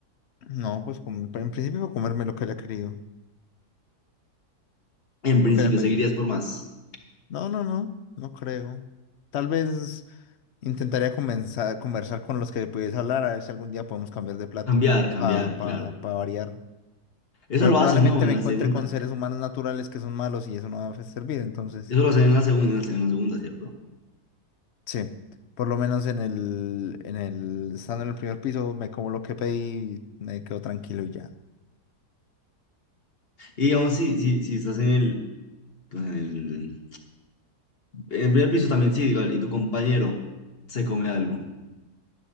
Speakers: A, on the left; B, on the left.
A: No, pues com- en principio comerme lo que haya querido,
B: En principio,
A: lo que haya pedido.
B: seguirías por más.
A: No, no, no, no creo. Tal vez intentaría comenzar, conversar con los que pudiese hablar, a ver si algún día podemos cambiar de plato
B: Cambiar, cambiar,
A: para pa,
B: claro.
A: pa pa variar.
B: Eso
A: Pero
B: lo
A: probablemente
B: hacen, ¿no? En
A: me
B: la
A: encuentre
B: segunda,
A: con seres humanos naturales que son malos y eso no va a servir. Entonces,
B: Eso lo hacen en la segunda, en la segunda, ¿cierto?
A: sí, por lo menos en el, en el, estando en el primer piso, me como lo que pedí me quedo tranquilo y ya.
B: Y aún si, si, si estás en el, pues, en el, en el primer piso también, sí, igual, y tu compañero se come algo